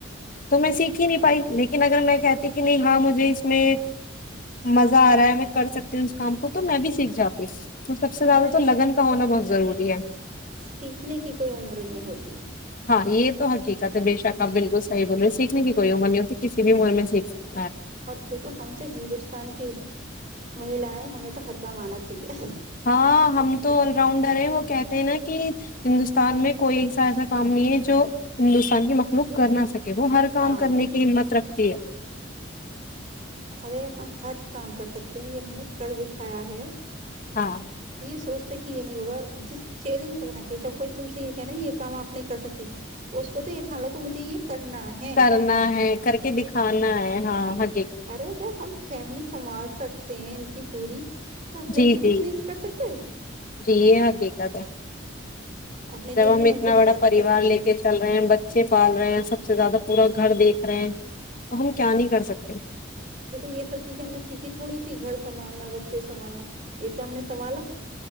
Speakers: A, on the left (about 40°); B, on the right (about 40°).
A: تو میں سیکھ ہی نہیں پائی لیکن اگر میں کہتی کہ نہیں ہاں مجھے میں مزہ آ رہا ہے میں کر سکتی ہوں اس کام کو تو میں بھی سیکھ جا تو سب سے زیادہ
B: ارے
A: تو لگن کا ہونا بہت ضروری ہے
B: سیکھنے کی کوئی عمر نہیں ہوتی
A: ہاں یہ تو حقیقت ہے بے شک آپ بالکل صحیح بول رہے ہیں سیکھنے کی کوئی عمر نہیں ہوتی کسی بھی م میں سیکھ سک
B: اور د تو ہم تو ہندوستان کی مہیلا ہےیں ہمیں تو ہر کا آنا چاہیے
A: ہاں ہم تو آل راؤنڈر ہیں وہ کہتے ہیں نا کہ ہندوستان میں کوئی ایسا ایسا کام نہیں ہے جو ہندوستان کی مخلوق کر نہ سکے وہ ہر کام
B: ہاں
A: کرنے کی ہمت رکھتے <unintelligible>
B: ارے ہم ہر کام کر سکتے ہیں یہ ہم نے کر دکھایا ہے
A: ہاں
B: سوچتے کہ یہ نہیں ہوگا جس چیلنج رکھنا چاہیے جب کوئی تم سے یہ کہنا یہ کام آپ نہیں کر سکتی اس کو تو یہٹھان لو کو مجھے یہ کرنا ہے
A: کرنا ہے کر کے دکھانا ہے ہاں ہ
B: ارے جب ہم فیملی سنوال سکتے ہیں ان کی پوری تو اپنے
A: جی
B: لیے
A: جی
B: کچھ نہیں کر سکتے
A: جی <unintelligible>
B: اپنے
A: جب
B: لیے بھی
A: ہم اتنا
B: کچھ
A: بڑا
B: کر
A: پریوار
B: سکتے
A: لے
B: ہیں
A: کے چل رہے ہیں بچے پال رہے ہیں سب سے زیادہ پورا گھر دیکھ رہے ہیں تو ہم کیا نہیں کر سکتے
B: دیکھو یہ سب چیزیں ہم نے سیکھی تھوڑی تھھی گھر سے سنبھالنا بچے سنبالنا یہ سام نے سنبھالا